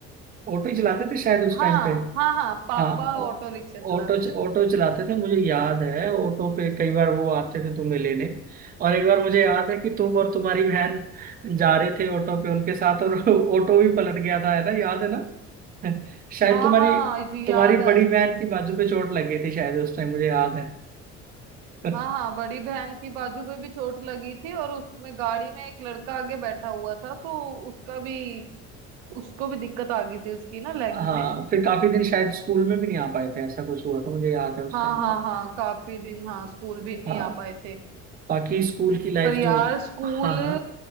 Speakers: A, on the right; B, on the right.
A: ऑटो ही चलाते थे शायद उस
B: हाँ
A: टाइम पे
B: हाँ हाँ पापा
A: हाँ ओ-
B: ऑटो रिक्शा चलाते
A: ऑटो
B: थे तब
A: ऑटो चलाते थे मुझे याद है ऑटो पे कई बार वो आते थे तुम्हें लेने और एक बार मुझे याद है कि तुम और तुम्हारी बहन जा रहे थे ऑटो पे उनके साथ और <laughs> ऑटो भी पलट गया था है ना याद है ना <laughs> शायद
B: हाँ
A: तुम्हारी
B: हाँ ये
A: तुम्हारी
B: याद है
A: बड़ी बहन की बाजू पे चोट लगी थी शायद उस टाइम मुझे याद है <laughs>
B: हाँ हाँ बड़ी बहन की बाजू पे भी चोट लगी थी और उसमें गाड़ी में एक लड़का आगे बैठा हुआ था तो उसका भी उसको भी दिक्कत आ गई थी उसकी ना लेग
A: हाँ
B: में
A: फिर काफी दिन शायद स्कूल में भी नहीं आ पाए थे ऐसा कुछ हुआ था मुझे याद है उस
B: हाँ
A: टाइम
B: हाँ
A: पे
B: हाँ काफी दिन हाँ स्कूल भी नहीं
A: हाँ
B: आ पाए थे
A: बाकी स्कूल की लाइफ
B: पर यार
A: जो
B: स्कूल
A: हाँ हाँ